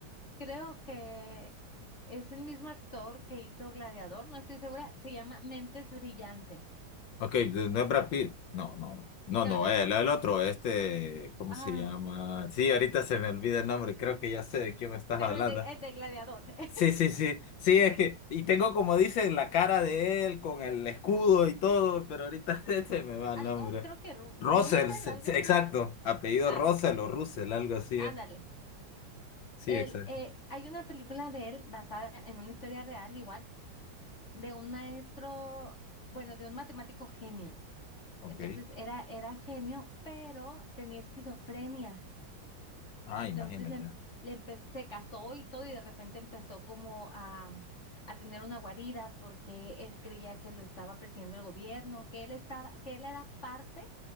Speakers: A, on the left (about 35°); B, on the left (about 70°).
A: creo que es el mismo actor que hizo Gladiador, no estoy segura, se llama Mentes Brillantes.
B: Ok, de- no es Brad Pitt. No, no, no,
A: No,
B: no,
A: no,
B: el,
A: no.
B: el otro, este, ¿cómo
A: Ay,
B: se llama? Sí, ahorita se me olvida el nombre, creo que ya sé de quién me estás
A: pero
B: hablando.
A: el de, el de Gladiador. <laughs>
B: Sí, sí, sí, sí, es que, y tengo como dicen la cara de él con el escudo
A: Ah,
B: y todo, pero ahorita <laughs> se me va el
A: Algo,
B: nombre.
A: creo que Ru-
B: Russell,
A: Russell,
B: se-
A: algo
B: se-
A: así.
B: exacto, apellido
A: Ah,
B: Russell o Russell, algo así
A: ándale.
B: es. Sí,
A: El,
B: exacto.
A: eh, hay una película de él basada en una historia real, igual, de un maestro, bueno, de un matemático genio.
B: Ok.
A: Entonces era, era genio, pero tenía esquizofrenia.
B: Ah,
A: Entonces
B: imagínate.
A: le, em- le empe- se casó y todo y de repente empezó como a, a tener una guarida porque él creía que lo estaba persiguiendo el gobierno, que él estaba, que él era parte